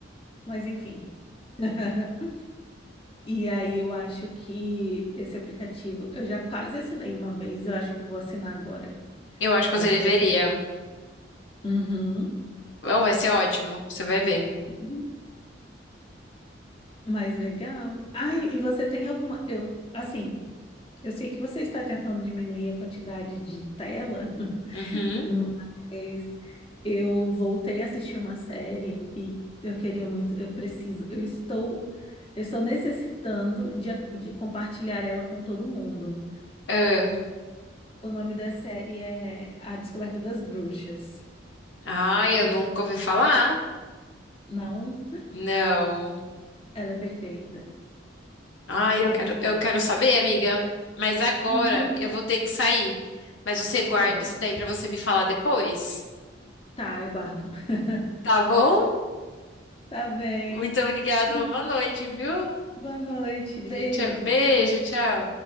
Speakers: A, on the left; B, on the left.
A: mas enfim. <laughs> E aí eu acho que esse aplicativo, eu já quase assinei uma vez, eu acho que eu vou assinar agora.
B: Eu acho que
A: Eu
B: você
A: acho
B: deveria.
A: que vai ser bom. Uhum.
B: Bom, vai ser ótimo. Você vai ver.
A: Uhum. Mas legal. Ai, e você tem alguma, eu, assim, eu sei que você está tentando diminuir a quantidade de tela,
B: Uhum.
A: Mas eu voltei a assistir uma série e eu queria muito, eu preciso, eu estou, eu estou necessitando de, a- de compartilhar ela com todo mundo.
B: Ah,
A: O nome da série é A Descoberta das Bruxas.
B: Ai,
A: Não,
B: eu nunca ouvi falar.
A: não,
B: Não.
A: ela é perfeita.
B: Ai, eu
A: É
B: quero,
A: perfeita.
B: eu quero saber, amiga. Mas agora
A: Uhum.
B: eu vou ter que sair. Mas você guarda
A: Tá bem.
B: isso daí pra você me falar depois.
A: Tá, eu guardo. <laughs>
B: Tá bom?
A: Tá bem.
B: Muito obrigada,
A: Hum,
B: uma boa noite, viu?
A: Boa noite. Beijo.
B: E tchau- Beijo,
A: Tchau.
B: tchau.